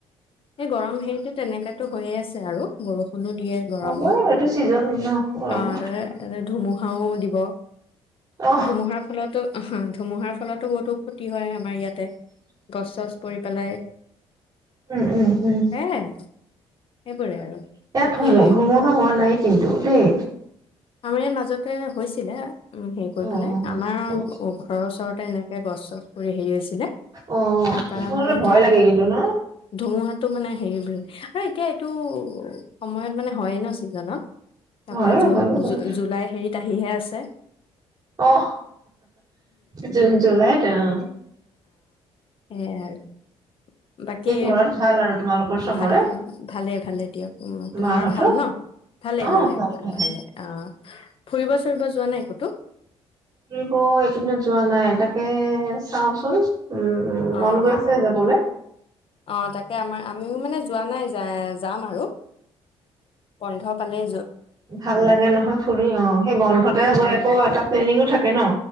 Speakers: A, on the left (about 55°); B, on the right (about 35°).
A: এই গৰম হেৰিটো তেনেকা টো হৈয়ে আছে আৰু, বৰষু- নো দিয়ে, গৰমো
B: হ'বই এইটো ছিজনে ন গৰমৰ
A: অ ত তাতে ধুমু- হাও দিব
B: অ
A: ধুমুহাৰ ফলতো, ধুমুহাৰ ফলত বহুতো ক্ষতি হয় আমাৰ ইয়াত গছ চছ পৰি পেলাই
B: উম উম উম
A: সেয়াই সেইবোৰে আৰু
B: ইয়াত
A: বাকী
B: ধুমু ধুমুহা হোৱা নাই কিন্তু দেই
A: আমাৰ ইয়াত মাজতে হৈছিলে উ হেৰি কৰি
B: অ
A: পেলাই আমাৰ
B: অ
A: ঘৰৰ ওচৰতে এনেকে গছ চছ পৰি হেৰি হৈছিলে,
B: অ
A: তা পা
B: ধুমুহালে
A: মানে
B: ভয় লাগে কিন্তু ন
A: ধুমুহাতটো মানে হেৰিব আৰু এতিয়া এইটো সময়ত মানে হয়ে ন চিজনত তাৰপা
B: হয়
A: জু
B: হয়ে বাৰু
A: জুলাই হেৰিত আহিহে আছে ে
B: অ জুন জুলাইত অ
A: সেয়াই আৰু বাকী
B: ঘৰত ভাল আৰু তোমালোকৰ চবৰে
A: ভা ভালে ভালে দিয়ক, উ তোমাৰ
B: মাহঁতৰ
A: ভাল ন? ভালে
B: অ
A: ভালে
B: ভাল ভাল
A: ভালে অ ফুৰিব চুৰিব যোৱা নাই কতো?
B: ফুৰিব এইকেইদিনত যোৱা নাই তাকে চাওচোন। উম উ
A: অ অ
B: মন গৈ আছে যাবলে
A: অ তাকে আমাৰ আমিও মানে যোৱা নাই য আৰু বন্ধালে
B: ভাল লাগে নহয় ফুৰি অ সেই বন্ধতে গৈ আকৌ এটা প্লেনিং ও থাকে ন